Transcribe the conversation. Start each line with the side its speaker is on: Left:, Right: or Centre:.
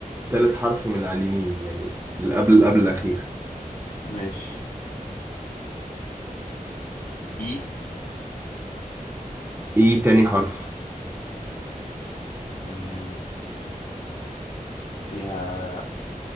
Right: تالت حرف من على اليمين يعني اللي قبل قبل الاخير
Left: ماشي إي
Right: ايه تاني حرف
Left: مم. فيها